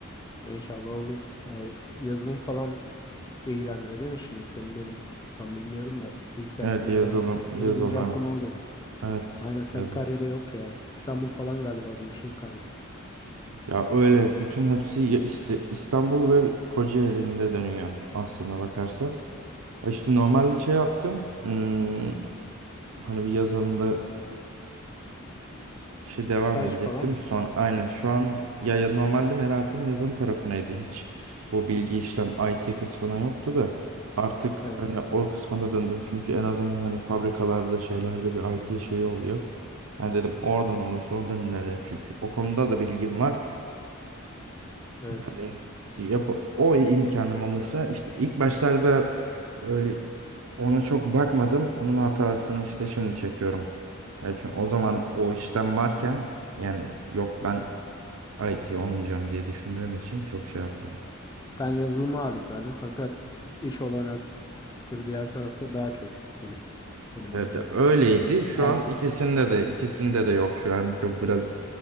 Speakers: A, on the left; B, on the right.
A: İnşallah olur. Ee, yazılım falan ilgilendiriyor değil mi şimdi senin bölüm? Tam bilmiyorum da bilgisayar
B: Evet
A: programcılığı
B: yazılım, yazılım
A: deyince
B: evet.
A: aklıma o geldi.
B: Evet
A: Aynen Sakarya'da
B: yazılım.
A: yok ya. İstanbul falan galiba bu işin kalbi.
B: Ya öyle bütün hepsi ya İst- İstanbul ve Kocaeli'nde dönüyor aslında bakarsan. Ya İşte normalde şey yaptım. hmm, hani bir yazılımda şey devam
A: Staj
B: edecektim.
A: falan mı?
B: Son aynen şu an ya, ya normalde merakım yazılım tarafınaydı. Hiç bu bilgi işlem IT kısmına yoktu da artık
A: Evet.
B: hani o kısma da döndüm. Çünkü en azından hani fabrikalarda şeylerde bir IT şeyi oluyor. Ben dedim oradan olursa oradan ilerlerim çünkü o konuda da bilgim var.
A: Evet.
B: Yani yap o imkanım olursa işte ilk başlarda öyle ona çok bakmadım. Onun hatasını işte şimdi çekiyorum. Ya çünkü o zaman
A: Ya s-
B: o işten varken yani yok ben IT olmayacağım diye düşündüğüm için çok şey yapmadım.
A: Sen yazılıma ağırlık verdin fakat iş olanakları diğer tarafta daha çok gibi benim
B: Evet
A: anladığım.
B: öyleydi. Şu an
A: IT
B: ikisinde
A: kısmında.
B: de ikisinde de yok şu an çok biraz